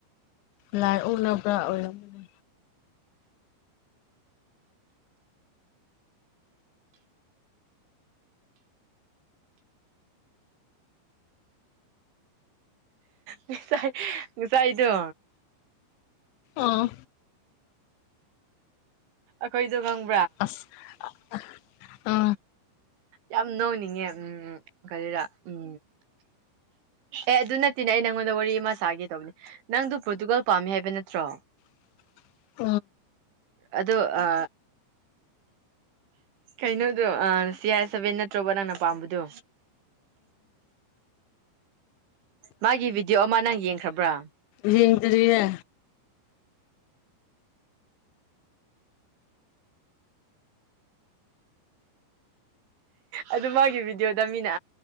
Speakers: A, on the left (about 80°); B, on the right (about 75°).
A: ꯂꯥꯏ ꯎꯅꯕ꯭ꯔꯥ ꯑꯣꯏꯔꯝꯃꯅꯦ
B: ꯃꯤ ꯃꯤꯁꯥꯏꯗꯣ
A: ꯑꯥ
B: ꯑꯩꯈꯣꯏꯗꯪ
A: ꯑꯁ ꯑ
B: ꯌꯥꯝ ꯅꯧꯅꯤꯡꯉꯦ ꯎꯝ ꯎ ꯀꯔꯤꯔ ꯎꯝ ꯑꯦ ꯑꯗꯨ ꯅꯠꯇꯦꯅꯦ ꯑꯩ ꯅꯪꯉꯣꯟꯗ ꯋꯥꯔꯤ ꯑꯃ ꯁꯥꯒꯦ ꯇꯧꯕꯅꯦ ꯅꯪꯗ ꯄ꯭ꯔꯣꯇꯨꯒꯜ ꯄꯥꯝꯃꯤ ꯍꯥꯏꯕ ꯅꯠꯇ꯭ꯔꯣ
A: <unintelligible>
B: ꯑꯗ ꯑ ꯀꯩꯅꯣꯗꯣ ꯁꯤ ꯑꯥꯏ ꯁꯚꯦꯟ ꯅꯠꯇ꯭ꯔꯣꯕ ꯅꯪꯅ ꯄꯥꯝꯕꯗꯣ
A: ꯎ
B: ꯃꯥꯒꯤ ꯚꯤꯗꯤꯑꯣ ꯑꯃ ꯅꯪ ꯌꯦꯡꯈ꯭ꯔꯕ꯭ꯔꯥ
A: ꯍꯗꯔꯤꯦ
B: ꯑꯗꯨ ꯃꯥꯒꯤ ꯚꯤꯗꯤꯑꯣꯗ ꯃꯤꯅ